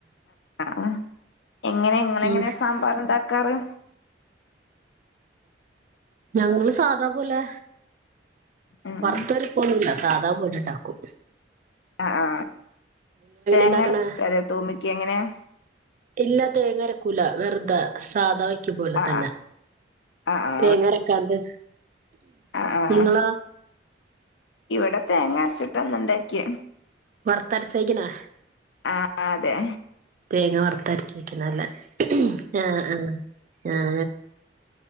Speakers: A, on the left; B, on the right.
A: ആ എങ്ങനെ നിങ്ങള്
B: ചീര
A: എങ്ങനെയ സാമ്പാർണ്ടാ ക്കാറ്
B: ഞങ്ങള് സാദാ പോലെ
A: ഉം
B: വാർത്തരിപ് ഒന്നുല്ല സാധാ പോലാണ് ണ്ടാക്കു
A: ആ ആ തേങ്ങർ
B: ഉണ്ടാക്കണെ?
A: ക്കാതെ തൂമിക്ക എങ്ങനെയാ
B: ഇല്ലാ തേങ്ങരക്കൂല വെറുതെ സാധ വെയ് ക്കും പോലെ
A: ആ
B: തന്നെ
A: ആ ആ ആ
B: തേങ്ങരക്കാണ്ട്
A: ആ ആ
B: നിങ്ങളൊ
A: ഇവിടെ തേങ്ങാരിച്ചിട്ടന്നുണ്ട് കെ
B: വർത്തരച്ച വയ്ക്കണേ
A: ആ ആ അതെ
B: തേങ്ങ വറുത്തരച്ച് വക്കുന്നത്തല്ലേ ആ ആ ആ